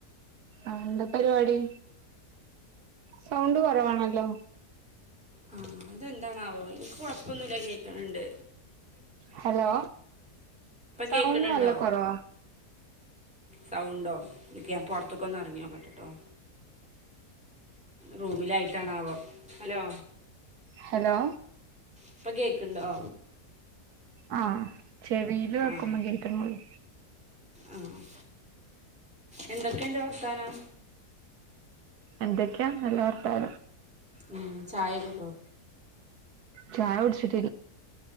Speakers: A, on the right; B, in the centre.
A: ആ എന്താ പരിപാടി സൗണ്ട് കുറവാണല്ലോ
B: ആ അതെന്താണാവോ എനിക്ക് കൊഴപ്പൊന്നുമില്ല കേൾക്കണണ്ട്
A: ഹലോ സൗണ്ട്
B: കേക്കണുണ്ടോ
A: നല്ല കുറവാ
B: സൗണ്ടോ എിക്ക ഞാൻ പുൊറത്തൊക്കെ ഒന്ന് ഇറങ്ങിയോ കേെട്ടിട്ടോ റൂമിലായിട്ടാണാവുക ഹലോ
A: ഹലോ
B: ഇപ്പൊ കേക്കണ്ടോ
A: ആഹ ചെവിൽ വക്കുമ്പോ
B: ആഹ്
A: കറ്റ മളി
B: ആഹ് എന്തൊക്കെയുണ്ട് വർത്താനം
A: എന്തൊക്കെയാ നല്ല വർത്താനം
B: ഉ ചായക്കക്ക
A: ചായ കുടി ചി ട്ടു